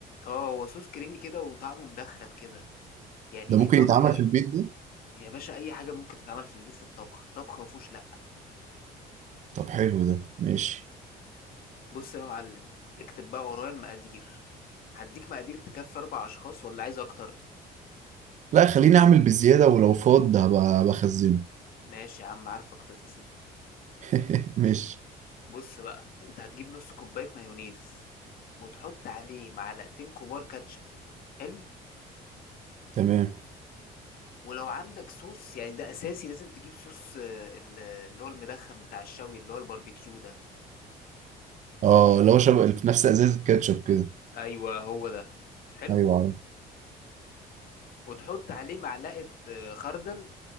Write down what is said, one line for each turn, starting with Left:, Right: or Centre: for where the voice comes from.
Left: اه هو صوص كريمي كده وطعمه مدخن كده يعني
Right: ده
Left: ليه
Right: ممكن
Left: طعم
Right: يتعمل
Left: حلو
Right: في البيت ده
Left: يا باشا اي حاجه ممكن تتعمل في البيت في الطبخ الطبخ ما فيهوش لا
Right: طب حلو ده ماشي
Left: بص يا معلم اكتب بقى ورايا المقادير هديك مقادير تكفي اربع اشخاص ولا عايز اكتر
Right: لا خليني اعمل بالزيادة ولو فاض هبقى بخزنه
Left: ماشي يا عم عارفك تفس انت
Right: <laughs> ماشي
Left: بص بقى انت هتجيب نص كوبايه مايونيز وتحط عليه معلقتين كبار كاتشب حلو
Right: تمام
Left: ولو عندك صوص يعني ده اساسي لازم تجيب صوص آه، ال- اللي هو المدخن بتاع الشوي اللي هو الباربيكيو ده
Right: اه اللي هو شبه اللي في نفس ازازة كاتشب كده
Left: ايوه هو ده حلو
Right: ايوه عارف
Left: وتحط عليه معلقه آه، خردل